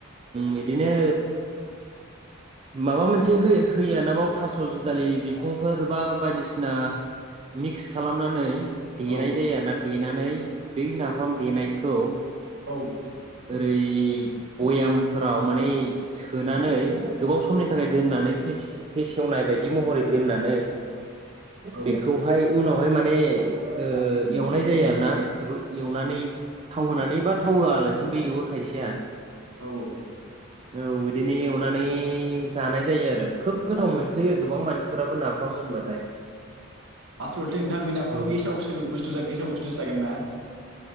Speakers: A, on the right (about 30°); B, on the right (about 65°).
A: बिदिनो माबा मोनसे हो होयोना थास जुदालि बिखंफोर बा बायदिसिना मिक्स खालामनानै देनाय
B: औ
A: जायो आरोना देनानै बै नाफाम देनाय। खौ
B: औ
A: <unintelligible> ओरै बयामफोराव माने सोनानै गोबाव समनि थाखाय दोननानै फेसेव फेसेवनाय बायदि महरै दोननानै
B: औ
A: बेखौहाय उनावहाय माने ओ एवनाय जायो आरो ना एवनानै थाव होनानै बा थाव होआलासिनोबो एवो खायसेया
B: औ औ
A: औ बिदिनो एवनानै जानाय जायो आरो खोब गोथाव मोनसोयो गोबां मानसिफोराबो नाफाम होनबाथाय
B: आसलथे नोंथां बे नाफामा
A: औ
B: गेसावसो बुस्थु गेसाव बुस्थुसो जागोनना